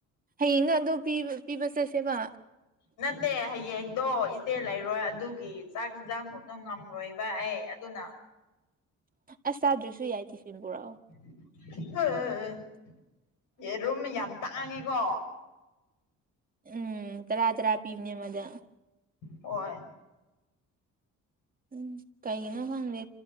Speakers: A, on the right; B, on the left.
A: ꯍꯌꯦꯡꯅꯣ ꯑꯗꯨ ꯄꯤꯕ ꯄꯤꯕ ꯆꯠꯁꯦꯕ
B: ꯅꯠꯇꯦ ꯍꯌꯦꯡꯗꯣ ꯏꯆꯦ ꯂꯩꯔꯣꯏ ꯑꯗꯨꯒꯤ ꯆꯥꯛ ꯍꯤꯟꯖꯥꯡ ꯈꯣꯡꯕꯗꯣ ꯉꯝꯃꯔꯣꯏ ꯕꯥ ꯑꯩ ꯑꯗꯨꯅ
A: ꯑꯁ ꯆꯥꯗ꯭ꯔꯁꯨ ꯌꯥꯏ ꯇꯤꯐꯤꯟ ꯄꯨꯔꯑꯣ
B: <unintelligible> ꯌꯦꯔꯨꯝ ꯌꯥꯝ ꯇꯥꯡꯉꯦꯀꯣ
A: ꯎꯝ ꯇꯔꯥ ꯇꯔꯥ ꯄꯤꯕꯅꯦ ꯑꯃꯗ
B: ꯍꯣꯏ
A: ꯎꯝ ꯀꯩꯒꯤꯅꯣ ꯈꯪꯗꯦ